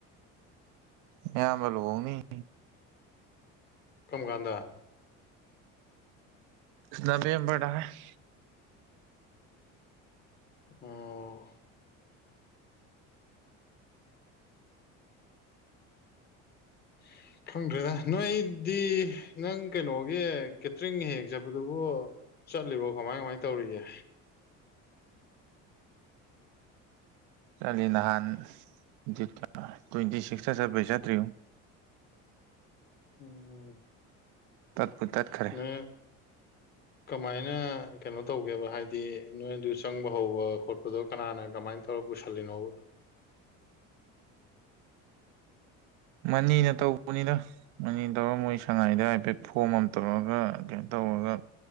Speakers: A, on the right; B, on the left.
A: ꯃꯌꯥꯝꯕ ꯂꯨꯍꫭꯡꯅꯦꯌꯦ
B: ꯀꯝꯒꯥꯟꯗ
A: ꯅꯕꯦꯝꯕꯔꯗ ꯍꯥꯏ
B: ꯑꯣ ꯎꯝ <inaudible> ꯈꯪꯗ꯭ꯔꯦꯗ ꯅꯣꯏꯗꯤ ꯅꯪ ꯀꯩꯅꯣꯒꯤ ꯀꯦꯇ꯭ꯔꯤꯟꯒꯤ ꯍꯦꯛ ꯆꯠꯄꯗꯨꯕꯨ ꯆꯠꯂꯤꯕꯣ ꯀꯃꯥꯏ ꯀꯃꯥꯏ ꯇꯧꯔꯤꯒꯦ
A: ꯆꯠꯂꯤ ꯅꯍꯥꯟ ꯊꯤꯠꯀ ꯇ꯭ꯋꯦꯟꯇꯤ ꯁꯤꯛꯁꯇ ꯆꯠꯄꯩ ꯆꯠꯇ꯭ꯔꯤꯕꫭ
B: ꯎꯝ
A: ꯇꯠꯄꯨ ꯇꯠꯈ꯭ꯔꯦ
B: ꯅ ꯀꯃꯥꯏꯅ ꯀꯩꯅꯣ ꯇꯧꯒꯦꯕ ꯍꯥꯏꯗꯤ ꯅꯣꯏꯗꯨ ꯆꯪꯕ ꯍꯧꯕ ꯈꯣꯠꯄꯗꯣ ꯀꯅꯥꯅ ꯀꯃꯥꯏꯅ ꯇꯧ ꯂꯧꯔ ꯄꯨꯁꯤꯜꯂꯤꯅꫭꯕ
A: ꯃꯅꯤꯅ ꯇꯧꯕꯅꯤꯗ ꯑꯅꯤ ꯇꯧꯔꯝꯃꯣꯏ ꯁꯉꯥꯏꯗ ꯍꯥꯏꯐꯦꯠ ꯐꯣꯝ ꯑꯃ ꯇꯧꯔꯑꯒ ꯀꯩꯅꯣ ꯇꯧꯔꯒ